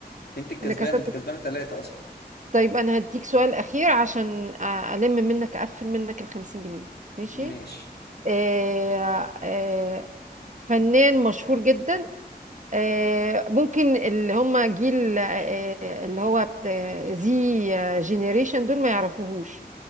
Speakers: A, on the left; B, on the right.
A: انت الكسبان
B: انا كسبت
A: انت كسبانة ثلاثة اصلا
B: طيب انا هديك سؤال اخير عشان آه، الم منك اقفل منك الخمسين جنيه ماشي
A: ماشي
B: آه، آه، فنان مشهور جدا آه، ممكن اللي هم جيل آه، اللي هو زي جينيريشن دول ما يعرفوهوش